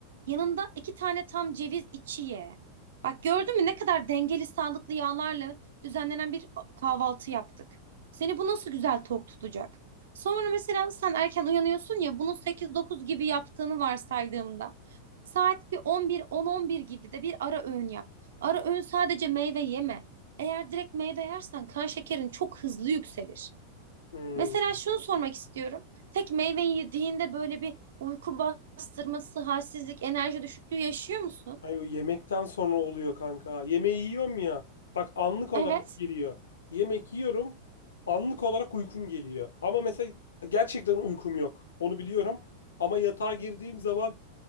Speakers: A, on the right; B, on the left.
A: Yanında iki tane tam ceviz içi ye. Bak gördün mü ne kadar dengeli sağlıklı yağlarla düzenlenen bir kahvaltı yaptık. Seni bu nasıl güzel tok tutacak? Sonra mesela sen erken uyanıyorsun ya bunu sekiz dokuz gibi yaptığını varsaydığımda saat bir on bir on on bir gibi de bir ara öğün yap. Ara öğün sadece meyve yeme. Eğer direkt meyve yersen kan şekerin çok hızlı yükselir.
B: Hmm.
A: Mesela şunu sormak istiyorum. Tek meyve yediğinde böyle bir uyku bastırması, halsizlik, enerji düşüklüğü yaşıyor musun?
B: Ay o yemekten sonra oluyor kanka. Yemeği yiyorum ya. Bak anlık olarak
A: Evet.
B: geliyor. Yemek yiyorum. Anlık olarak uykum geliyor. Ama mesela gerçekten uykum yok. Onu biliyorum. Ama yatağa girdiğim zaman